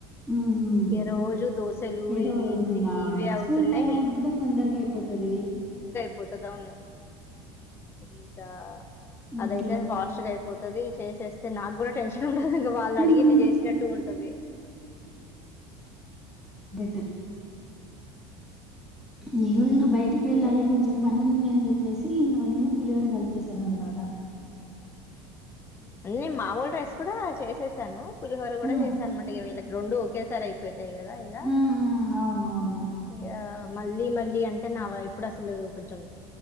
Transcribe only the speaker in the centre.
హుహ్
ఏదో
ఇగా
స్కూల్ టయానికి కూడా తొందరగా అయి పోతది.
హ్మ్.
అట్లా.
హ్మ్.
త నేను
ఇంకా బయటకి వెళ్ళాలి
కొంచెం పని ఉంది అని చెపి చేపెసి ఇంగా నేను పులిహోర కలిపేసాను అనమాట.
హ్మ్.
హ్మ్. హ్మ్. అవును. అవును.